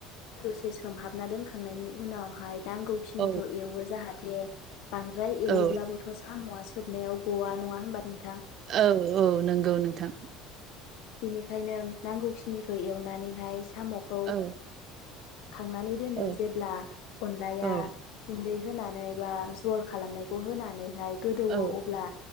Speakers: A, on the left (about 75°); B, on the right (about 45°).
A: दसे सो सोमहाबना दोनखांनायनि उनावहाय नांगौखिनिखौ
B: औ
A: एवो जाहा दे बांद्राय एवोब्लाबोथ
B: औ
A: सामवासो जोबनायाव गवा नङा होनबा नों
B: औ औ नंगौ नोंथां।
A: बेनिखायनो नांगौखिनिखौ एवनानैहाय साम'खौ
B: औ
A: खांनानै दोनो
B: औ
A: जेब्ला अनलाया
B: औ
A: गुन्दै होनानै बा जल खालामनायखौ होनानैहाय गोदौवो
B: औ
A: अब्ला